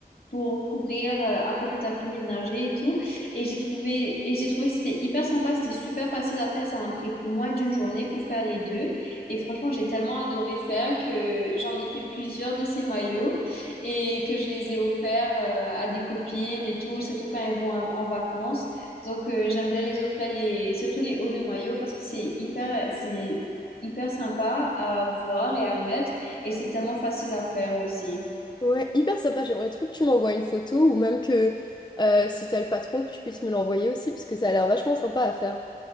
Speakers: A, on the left; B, on the left.
A: pour couvrir euh, après que tu as fini de nager et tout. Et j'ai trouvé, et j'ai trouvé que c'était hyper sympa, c'était super facile à faire. Ça m'a pris moins d'une journée pour faire les deux. Et franchement, j'ai tellement adoré faire que j'en ai fait plusieurs de ces maillots et que je les ai offerts euh, à des copines et tout, surtout quand elles vont en en vacances. Donc euh, j'aime bien les offrir les, surtout les hauts de maillot parce que c'est hyper, c'est hyper sympa à voir et à mettre et c'est tellement facile à faire aussi.
B: Ouais, hyper sympa. J'aimerais trop que tu m'envoies une photo ou même que euh, si t'as le patron, que tu puisses me l'envoyer aussi, parce que ça a l'air vachement sympa à faire.